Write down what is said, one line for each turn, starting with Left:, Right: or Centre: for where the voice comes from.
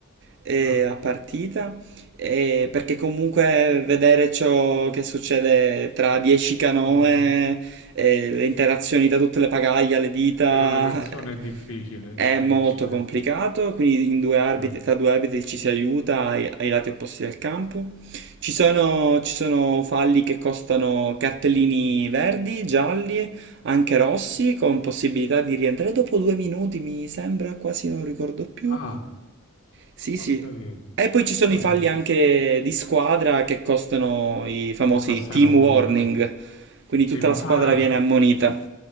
Right: eh,
Left: Ah,
Right: a partita, eh, perché comunque vedere ciò che succede tra 10 canoe,
Left: mhm.
Right: eh, le interazioni da tutte le pagaglie, alle dita,
Left: Per una persona
Right: eh,
Left: è difficile,
Right: è
Left: sì,
Right: molto
Left: certo,
Right: complicato, quindi in due arbitri-
Left: certo.
Right: tra due arbitri ci si aiuta ai, ai lati opposti del campo. Ci sono, ci sono falli che costano cartellini verdi, gialli anche Rossi con possibilità di rientrare dopo due minuti, mi sembra, quasi non ricordo più.
Left: Ah,
Right: Sì,
Left: ho
Right: sì.
Left: capito.
Right: E poi ci sono
Left: Vabbè,
Right: i falli anche di squadra che costano i famosi
Left: che costano
Right: team
Left: comunque.
Right: warning, quindi
Left: Timo-
Right: tutta la squadra
Left: Ah,
Right: viene ammonita.